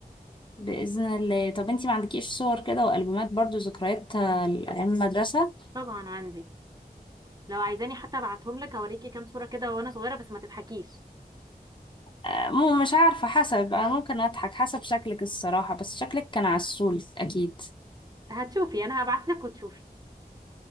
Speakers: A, on the left; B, on the right.
A: بإذن الله طب انتي ما عندكيش صور كده وألبومات برضو ذكريات آه، أيام المدرسة
B: طبعا عندي لو عايزاني حتى ابعتهم لك اوريكي كام صوره كده وانا صغيره بس ما تضحكيش
A: آه، مو مش عارفة حسب أنا ممكن أضحك حسب شكلك الصراحة بس شكلك كان عسول أكيد
B: هتشوفي انا هبعت لك وتشوفي